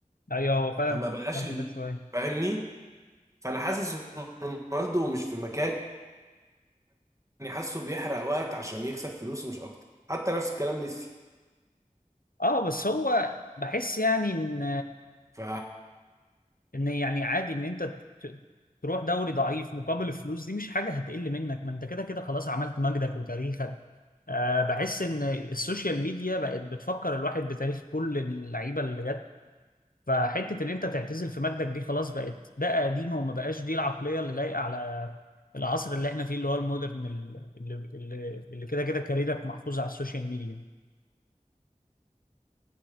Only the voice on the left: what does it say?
ايوه هو فعلا
كده شويه
اه بس هو بحس يعني ان
ان يعني عادي ان انت ت- تروح دوري ضعيف مقابل الفلوس دي مش حاجه هتقل منك ما انت كده كده خلاص عملت مجدك وتاريخك أه بحس ان السوشيال ميديا بقت بتفكر الواحد بتاريخ كل اللعيبه اللي جت فحته ان انت تعتزل في مجدك دي خلاص بقت ده قديمه وما بقاش دي العقليه اللي لايقه على العصر اللي احنا فيه اللي هو المودرن ال- اللي اللي اللي كده كده كاريرك محفوظ على السوشيال ميديا